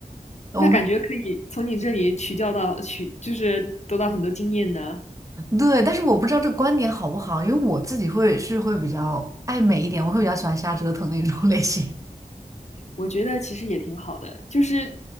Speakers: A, on the right; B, on the left.
A: <laughs> 我不知
B: 那感觉可以从你这里取教到取，就是得到很多经验呢。
A: 对，但是我不知道这个观点好不好，因为我自己会是会比较爱美一点，我会比较喜欢瞎折腾那种 <laughs> 类型。
B: 我觉得其实也挺好的，就是